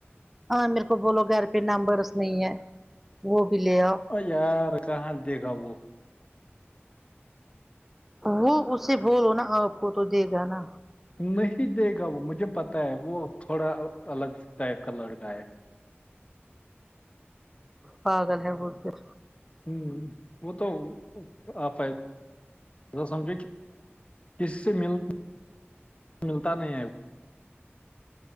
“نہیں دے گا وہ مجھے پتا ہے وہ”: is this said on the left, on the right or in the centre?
Left